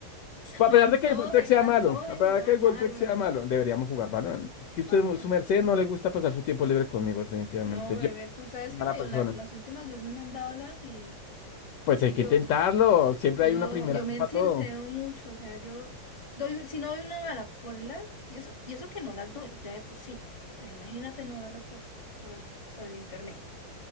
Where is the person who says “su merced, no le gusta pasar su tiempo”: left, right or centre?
Left